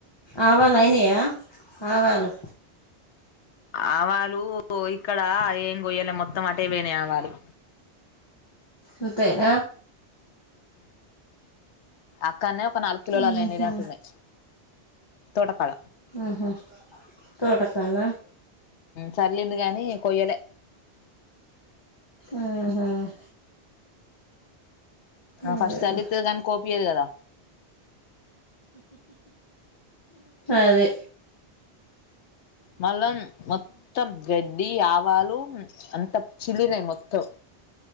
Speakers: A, on the left; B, on the left.
A: ఆవాలైనేయా ఆవాలు
B: ఆవాలు ఇక్కడ ఏం కొయ్యాలి మొత్తం అటే పోయినై ఆవాలు
A: అంతేన
B: అక్కనే ఒక నాలుగు కిలోల
A: ఊహు,
B: ఎండినట్టు ఉన్నాయి తోటపాల
A: అహ్మ్మ్ తోటపల
B: చల్లిండు గానీ కొయ్యలే
A: అహ్మ్మ్
B: ఆ
A: అదేలే.
B: ఫస్ట్ చెల్లిస్తది కానీ కోపియదు కదా
A: అదే
B: మళ్ళం మొత్తం గడ్డి ఆకు వాళ్ళు అంత చిల్లినయి మొత్తం